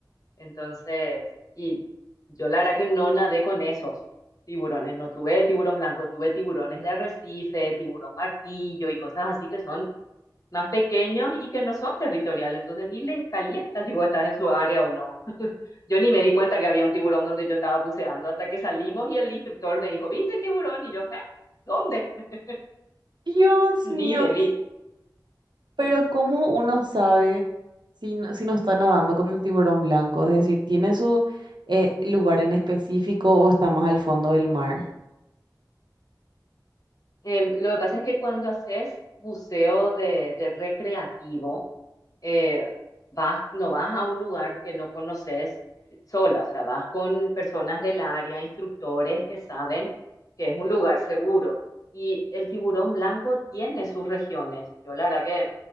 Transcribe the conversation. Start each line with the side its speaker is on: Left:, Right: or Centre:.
Left: Entonces, y yo la verdad que no nadé con esos tiburones, no tuve tiburón blanco, tuve tiburones de arrecife, tiburón martillo y cosas así que son más pequeños y que no son territoriales, entonces ni les calienta si vos estás en su área o no. Yo ni me di cuenta que había un tiburón donde yo estaba buceando hasta que salimos y el instructor me dijo, ¿viste el tiburón? Y yo, ¿eh? ¿Dónde? <laughs>
Right: Dios mío,
Left: Ni le vi.
Right: pero ¿cómo uno sabe si, no- si no está nadando con el tiburón blanco? Es decir, ¿tiene su eh, lugar en específico o está más al fondo del mar?
Left: Em, lo que pasa es que cuando haces buceo de, de recreativo, eh, vas, no vas a un lugar que no conoces sola, o sea, vas con personas del área, instructores que saben que es un lugar seguro. Y el tiburón blanco tiene sus regiones. Yo la verdad que